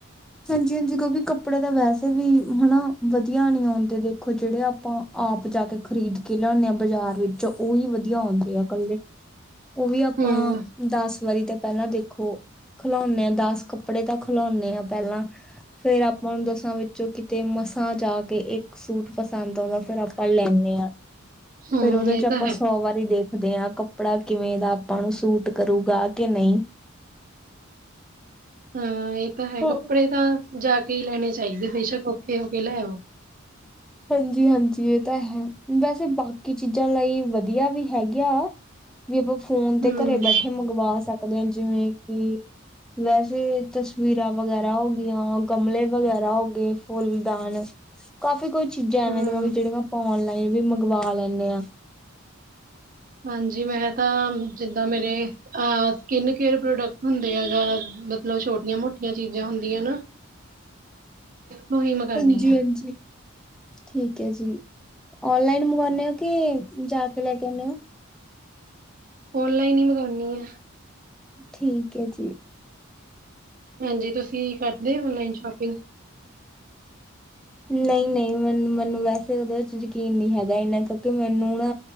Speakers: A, in the centre; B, on the right.
A: ਹਾਂਜੀ- ਹਾਂਜੀ, ਕਿਉੰਕਿ ਕੱਪੜੇ ਤਾਂ ਵੈਸੇ ਵੀ ਹਨਾ ਵਧੀਆ ਨਹੀਂ ਆਉਂਦੇ, ਦੇਖੋ ਜਿਹੜੇ ਆਪਾਂ ਆਪ ਜਾ ਕੇ ਖ਼ਰੀਦ ਕੇ ਲਿਆਉਦੇ ਆਾਂ ਬਾਜ਼ਾਰ ਵਿੱਚੋ ਉਹੀ ਵਧੀਆ ਆਉਂਦੇ ਆ ਇਕੱਲੇ। ਉਹ ਵੀ ਆਪਾਂ
B: ਹੂੰ
A: ਦੱਸ ਵਾਰੀ ਤਾਂ ਪਹਿਲਾਂ ਦੇਖੋ, ਖਿਲਾਉਂਨੇ ਹਾਂ ਦਸ ਕੱਪੜੇ ਤਾਂ ਖਿਲੁਣੇ ਹਾਂ। ਪਹਿਲਾਂ ਫੇਰ ਆਪਾਂ ਨੂੰ ਦੱਸ ਾਂ ਵਿੱਚੋਂ ਕਿਤੇ ਮਸਾਂ ਜਾ ਕੇ ਇੱਕ ਸੂਟ ਪਸੰਦ ਆਉਂਦਾ ਫ਼ਿਰ ਆਪਾਂ ਲੈਂਨੇ ਹਾਂ।
B: ਹੂੰ
A: ਫਿਰ ਉਹਦੇ
B: ਇਹ
A: ਚ ਆਪਾਂ
B: ਤਾਂ ਹੈ
A: ਸੌ ਵਾਰੀ ਦੇਖ ਦੇ ਹਾਂ ਕੱਪੜਾ ਕਿਵੇਂ ਦਾ ਆਪਾਂ ਨੂੰ ਸੂਟ ਕਰੂਗਾ ਕਿ ਨਹੀਂ।
B: ਹਾਂ ਇਹ ਤਾਂ ਹੈ
A: ਹੋ
B: ਕੱਪੜੇ ਤਾਂ ਜਾ ਕੇ ਹੀ, ਲੈਣੇ ਚਾਹੀਦੇ ਬੇਸ਼ੱਕ ਔਖੇ ਹੋ ਕੇ ਲੈ ਆਓ।
A: ਹਾਂਜੀ-ਹਾਂਜੀ, ਇਹ ਤਾਂ ਹੈ ਵੈਸੇ, ਬਾਕੀ ਚੀਜ਼ਾਂ ਲਈ ਵਧੀਆ ਵੀ ਹੈਗੀ ਆ। ਵੀ <unintelligible> ਆਪਾਂ ਫੋਨ ਤੇ
B: ਹੂੰ
A: ਘਰੇ ਬੈਠੇ ਮੰਗਵਾ ਸਕ ਦੇ ਜਿਵੇਂ ਕਿ ਵੈਸੇ ਤਸਵੀਰਾਂ ਵਗੈਰਾ ਹੋ ਗਈਆਂ ਗਮਲੇ ਵਗੈਰਾ ਹੋ ਗਏ ਫੁੱਲਦਾਨ ਕਾਫੀ ਕੁਛ ਚੀਜਾਂ
B: ਹੂੰ
A: ਐਵੇਂ ਲਗਾ ਵੀ ਜਿਹੜੀਆ ਪਾਉਣ ਲੱ ਵੀ ਮੰਗਵਾ ਲੈਨੇ ਆ,
B: ਹਾਂਜੀ ਮੈਂ ਤਾਂ ਜਿੱਦਾਂ ਮੇਰੇ ਸਕਿਨ ਕੇਅਰ ਪ੍ਰੋਡਕਟ ਹੁੰਦੇ ਆ ਜਾਂ ਮਤਲਬ ਛੋਟੀਆਂ ਮੋਟੀਆਂ ਚੀਜਾਂ ਹੁੰਦੀਆਂ ਨਾ ਮੁਹਿੰਮ ਕਰਨੀ
A: ਹਾਂਜੀ
B: ਆ।
A: ਹਾਂਜੀ ਠੀਕ ਹੈ ਜੀ ਔਨਲਾਈਨ ਮੰਗਵਾਨੇ ਹੋ ਕਿ ਜਾ ਕੇ ਲੈ ਕੇ ਆਦੇ ਹੋ।
B: ਔਨਲਾਈਨ ਹੀ ਮਗਾਨੀ ਆ।
A: ਠੀਕ ਹੈ ਜੀ,
B: ਹਾਂਜੀ, ਤੁਸੀਂ ਕਰਦੇ ਔਨਲਾਈਨ ਸ਼ੋਪਿੰਗ
A: ਨਹੀਂ-ਨਹੀਂ, ਮੈਨੂੰ-ਮੈਨੂੰ ਵੈਸੇ ਉਹਦੇ ਵਿੱਚ ਯਕੀਨ ਨਹੀਂ ਹੈਗਾ, ਇਨਾ ਕਿਉਂਕਿ ਮੈਨੂੰ ਨਾ